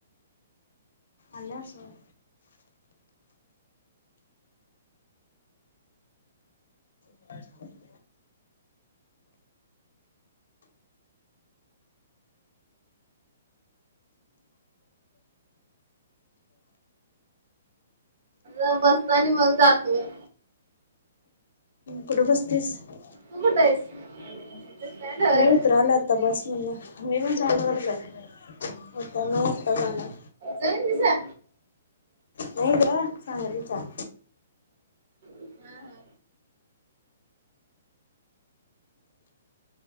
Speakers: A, on the left; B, on the right.
A: आंलेअसंल अच्छा ताई
B: अ बसतांनी मगं जातोया
A: कुठं बस्तीसं
B: तु कुठं आहेस स्टँड वर
A: मीऊत राणांत आता बस म्हण मी पणं चालूणार आता नता जाणारं
B: जाईन तसा
A: नाही ग सांगा तच्या
B: हा हा